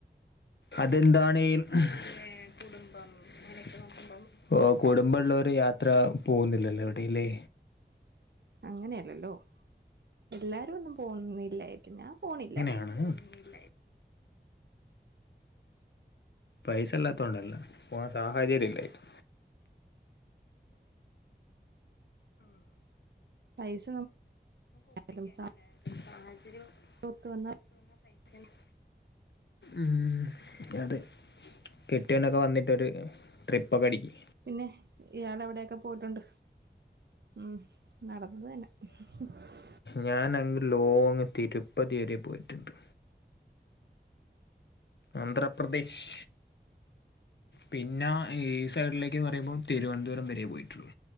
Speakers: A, on the left; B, on the right.
A: അതെന്താണീം ഹ്പിന്നെ കുടുംബം അങ്ങനെ ഓക്കെ നോക്ക് ഓ കുടുംബള്ളോര് യാത്ര പോവുന്നില്ലല്ലോ എവിടില്ലേ?
B: അങ്ങനെയല്ലല്ലോ എല്ലാരും ഒന്നും പോവുന്നില്ലായിരിക്കും ഞാൻ പോണില്ല.
A: <unintelligible> പൈസല്ലാത്തോണ്ടല്ല പോകാൻ സാഹചര്യം ഇല്ലായിട്ട്
B: പൈസ നമുക്ക്
A: ഒപ്പിക്കങ്ങനെ
B: സാമ്പത്തികം
A: സാഹചര്യം
B: ഒത്തു വന്നാ
A: ഇങ്ങട്ട് വന്ന പൈസണ്ടാവൂല ഉം അതെ കെട്ടിയോനൊക്കെ വന്നിട്ടൊ ഒര് ട്രിപ്പൊക്കെ അടിക്ക്.
B: പിന്നെ ഇയാളെ എവിടെക്കെ പോയിട്ടുണ്ട് ഉം നടന്നത് തന്നെ ഹ്. ഹ് ഹ്
A: ഞാൻ അങ്ങ് ലോങ്ങ് തിരുപ്പതി വരെ പോയിറ്റ്ണ്ട്. ആന്ധ്രാപ്രദേശ് പിന്ന ഈ സൈഡിലേക്ക്ന്ന് പറയുമ്പോ തിരുവൻന്തപുരം വരെ പോയിറ്റുള്ളു.